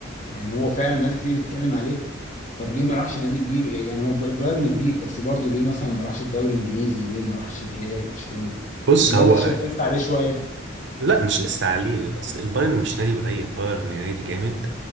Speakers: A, on the left; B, on the right.
A: يعني هو فعلا ناس كتير بتتكلم عليه طب ليه ما راحش نادي كبير يعني هو البايرن كبير بس برضه ليه مثلا ما راحش الدوري الإنجليزي ليه ما راحش الريال برشلونة
B: بص
A: ولا
B: هو
A: أنت شايف لسه عليه شوية
B: لا مش لسه عليه اصل البايرن مش نادي قليل البايرن نادي جامد